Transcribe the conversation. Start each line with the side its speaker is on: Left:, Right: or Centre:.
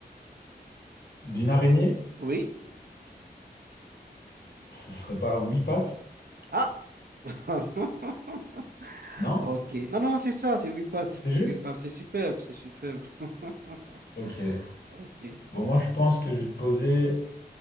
Left: D'une araignée?
Right: Oui.
Left: Ce serait pas huit pattes?
Right: Ah, <laughs>
Left: Non?
Right: Ok. Non, non, c'est ça, c'est huit pattes,
Left: C'est
Right: C'est
Left: juste?
Right: huit pattes, C'est superbe, c'est superbe. <laughs>
Left: Ok.
Right: Ok,
Left: Bon,
Right: ok,
Left: moi, je pense que je vais te poser